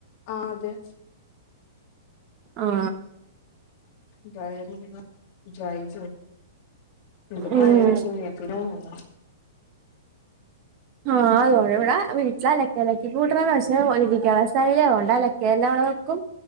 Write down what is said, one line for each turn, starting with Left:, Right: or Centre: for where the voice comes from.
Left: ആ അതെ
Right: ആ
Left: ട്രായറിന് ടൈം എന്ത്‌
Right: ഉം
Left: മഴആണ് തുണിയൊക്കെ എങ്ങനെയാ ഉണങ്ങാ
Right: ആഹ അതോണവിട ഇത് അലക്കലക്കി കൂട്ടണതാ പക്ഷെ വിരിക്കാനും സ്ഥലല്ല അത്കൊണ്ട് അലക്കി എല്ലാം അവിടെ വെക്കും